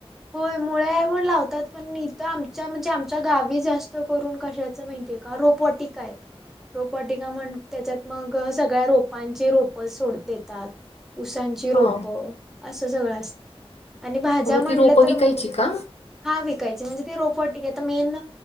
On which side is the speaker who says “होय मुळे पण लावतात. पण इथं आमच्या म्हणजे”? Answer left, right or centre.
Centre